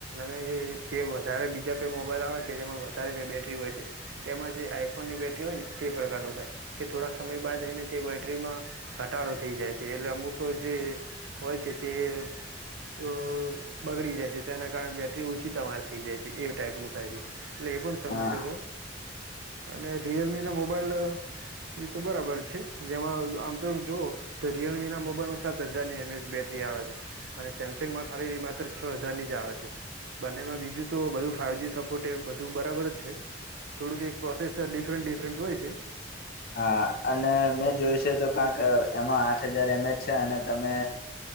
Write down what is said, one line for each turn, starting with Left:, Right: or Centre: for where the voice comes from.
Right: અને જે વધારે બીજા કોઈ મોબાઈલ આવે કે જેમાં વધારે બેટરી વી તેમાં જે આઈફોન ની બેટરી હોય ને તે પ્રકારનું થાય. કે થોડાક સમય બાદ એને તે બેટરીમાં, ઘટાડો થઈ જાય છે એટલે અમુક જે હોય છે તે બગડી જાય છે તેના કારણે બેૅટરી ઊંચી તમામાર થઈ જાય છે એ ટાઈઇપનું થાય છે. એટલે એ પણ સમજી
Left: હા
Right: શકો. અને રિયલમી ના મોબાઈલ તો બરાબર છે જેમાં આમ તો એ જુઓ તો રિયલમી ના મોબાઈલમાં સાત હજારની એમ એચ બેટરી આવે છે. અને સેમસંગ માં ખાલી માત્ર છ હજાર ની જ આવે છે. બંનેમાં બીજું તો બધું ફાઇવ જ સપોર્ટ એ બધું બરાબર જ છે. થોડુંક એકક પ્રોસેસ ડિફરન્ટ ડિફરન્ટ હોય છે.
Left: હા અને
Right: હા
Left: મેં જોઈશે તો કંક એમાં આઠ હજાર એમ એજ છે અને તમે